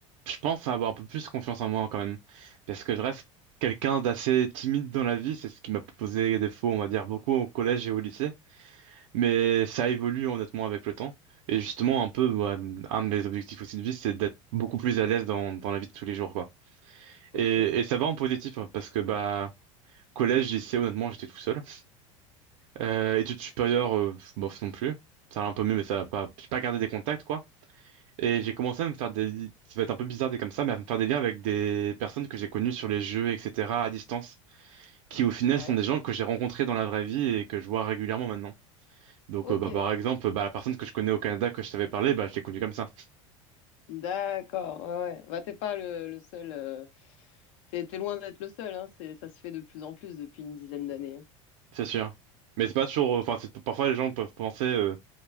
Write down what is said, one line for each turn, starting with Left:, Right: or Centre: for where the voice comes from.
Right: je pense avoir un peu plus confiance en moi quand même, parce que je reste quelqu'un d'assez timide dans la vie, c'est ce qui m'a posé défaut, on va dire, beaucoup au collège et au lycée, mais ça évolue honnêtement avec le temps. Et justement, un peu, ouais, un de mes objectifs aussi de vie, c'est d'être beaucoup plus à l'aise dans, dans la vie de tous les jours, quoi. Et,
Left: Ok,
Right: et ça va en positif, hein, parce que bah collège, lycée, honnêtement, j'étais tout seul. Euh, études supérieures, euh, bof non plus. Ça allait un peu mieux, mais ça a pas, j'ai pas gardé des contacts, quoi. Et j'ai commencé à me faire des... Ça va être un peu bizarre dit comme ça, mais à me faire des liens avec des personnes que j'ai connues sur les jeux, etc., à distance, qui au final
Left: ouais,
Right: sont des gens que j'ai rencontrés dans la vraie vie et que je vois régulièrement maintenant. Donc
Left: ok,
Right: euh, bah, par exemple, bah, la personne que je connais au Canada, que je t'avais parlé, bah, je l'ai connue comme ça,
Left: d'accord, ouais, ouais. Bah, t'es pas le, le seul, euh, t'es, t'es loin d'être le seul, hein, c'est, ça se fait de plus en plus depuis une dizaine d'années. hein.
Right: c'est sûr. Mais c'est pas toujours... euh, Enfin, c'est- parfois les gens peuvent penser, euh,